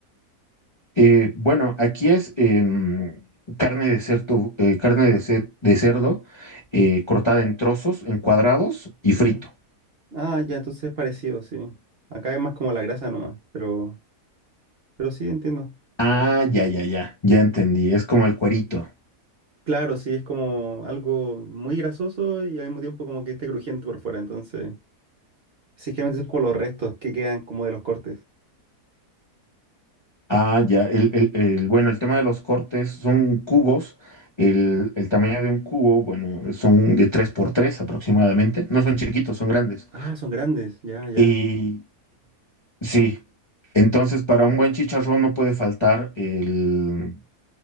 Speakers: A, on the left; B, on the right.
A: Eh, bueno, aquí es em, carne de cerdo, eh, carne de, ce- de cerdo eh, cortada en trozos, en cuadrados y
B: Ya.
A: frito.
B: Ah, ya, entonces es parecido, sí. Acá es más como la grasa nomás, pero, pero sí entiendo.
A: Ah, ya, ya, ya, ya entendí, es como el cuerito.
B: Claro, sí, es como algo muy grasoso y al mismo tiempo como que esté crujiente por fuera, entonces. Sí, generalmente son como los restos que quedan como de los cortes.
A: Ah, ya, el, el, el- bueno, el tema de los cortes son cubos, el, el tamaño de un cubo, bueno, son de 3 por 3 aproximadamente, no son chiquitos, son grandes.
B: Ah, son grandes, ya, ya.
A: Y sí, entonces para un buen chicharrón no puede faltar el,